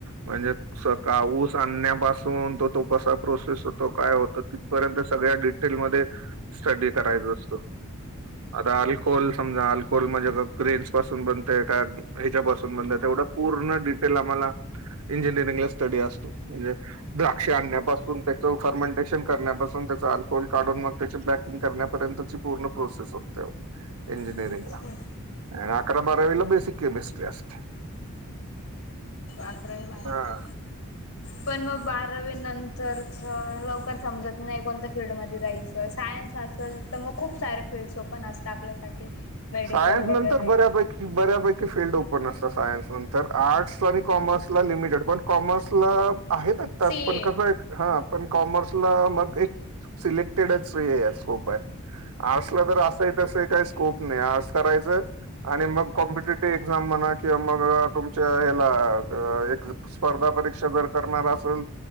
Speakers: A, on the right (about 85°); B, on the left (about 75°).
A: म्हणजे
B: अच्छा.
A: सकाऊस आणण्या पासून तो कसा प्रोसेस होतो, काय होतो तिथपर्यंत सगळ्या डिटेल मध्ये स्टडी करायचा असतो. आता अल्कोहोल समजा अल्कोहोल म्हणजे ग्रेन्स पासून बनतय का ह्याच्या पासून बन पूर्ण डिटेल आम्हाला इंजिनिअरिंगला स्टडी असतो, म्हणजे द्राक्ष आणण्यापासून त्याच फर्मेंटेशन करण्याप पासून त्याचं अल्कोहोल काढून मग त्याची पॅकिंग करण्यापर्यंतची पूर्ण प्रोसेस असतेओ इंजीन निअरिंगला
B: अच्छा.
A: आणि अकरा बारावीला बेसिक केमिस्ट्री असते.
B: आकरावी बारावी
A: हा
B: पण मग बारावी नंतरचं लवकर समजत नाही कोणत्या फिल्डमध्ये जायचं. सायन्स असल तर मग खूप सारे फील्ड्स ओपन असतात आपल्यासाठी. मेडिकल
A: सायन्स
B: वगैरे.
A: नंतर बऱ्यापैकी बऱ्यापैकी फील्ड ओ पन असतात सायन्स नंतर आर्टसला आणि कॉमर्सला लिमिटेड पण कॉमर्सला आहेत आता
B: सी
A: पण
B: ए.
A: कसंए हां पण कॉमर्सला मग एक सिलेक्टेडच हे स्कोप आहे. आर्ट्सला तर असंही तसंही काही स्कोप नाही. आर्ट्स करायचं आणि मग कॉम्पिटेट ट एक्झाम म्हणा किंवा मग तुमच्या ह्याला अ एक स्पर्धा परीक्षा जर करणार असल